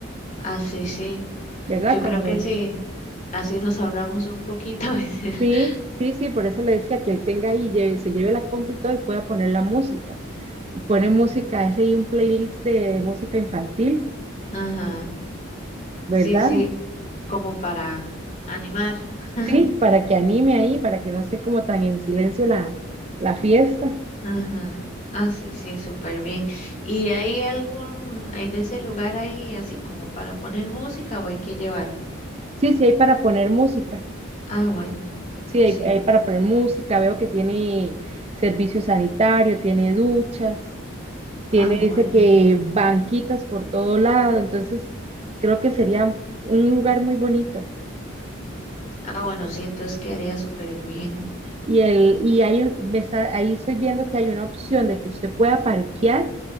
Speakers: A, on the left; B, on the right.
A: Ah, sí, sí.
B: verdad?
A: Yo
B: Como
A: creo que sí. Así nos ahorramos un poquito. <laughs>
B: Sí, sí, sí, por eso le decía que él tenga ahí, lleve- se lleve la compu y todo y pueda poner la música. Pone música, ese y un playlist de música infantil,
A: Ajá.
B: ¿verdad?
A: Sí, sí. Como para animar. <laughs>
B: Sí, para que anime ahí, para que no esté como tan en silencio la, la fiesta.
A: Ajá. Ah, sí, sí, súper bien. ¿Y hay algún, en ese lugar hay así como para poner música o hay que llevar?
B: Sí, sí, hay para poner música.
A: Ah, bueno,
B: Sí, hay,
A: sí.
B: hay para poner música. Veo que tiene servicio sanitario, tiene duchas, tiene,
A: Ah,
B: dice
A: bueno.
B: que banquitas por todo lado. Entonces, creo que sería un lugar muy bonito.
A: Ah, bueno, sí, entonces quedaría súper bien.
B: Y, el, y hay un, me está- ahí estoy viendo que hay una opción de que usted pueda parquear